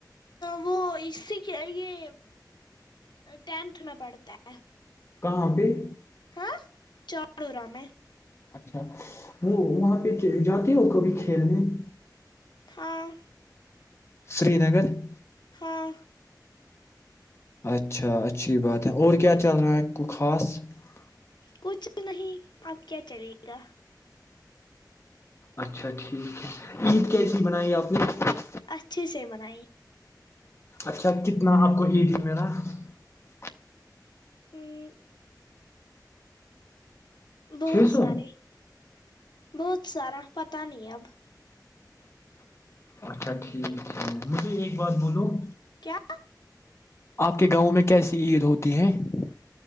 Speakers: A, on the left (about 80°); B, on the left (about 40°).
A: وہ اسی کے یہ ٹینتھ میں پڑھتا ہے <unintelligible>
B: کہاں پہ <unintelligible>
A: ہاں چڑو ر میں <unintelligible>
B: اچھا وہ وہاں پہ چلے جاتے ہو کبھی کھیلنے <unintelligible>
A: ہاں <unintelligible>
B: سری نگر <unintelligible>
A: ہاں <unintelligible>
B: اچھا اچھی بات ہے اور کیا چل رہا ہے کو خاص <unintelligible>
A: کچھ نہیں آپ کیا چلے گا
B: اچھا ٹھیک ہے عید کیسی بنائی آپ نے <unintelligible>
A: اچھے سے منائی <unintelligible>
B: اچھا کتنا آپ کو ایید میرا <unintelligible>
A: ا <inaudible> <unintelligible> بہت
B: چھ سو
A: سارے <unintelligible> بہت سارا پت نہیں اب
B: اچھا ٹھیک ہے مجھے ایک بات بولو <unintelligible>
A: کیا
B: آپ کے گاؤں میں کیسی عید ہوتی ہے <unintelligible>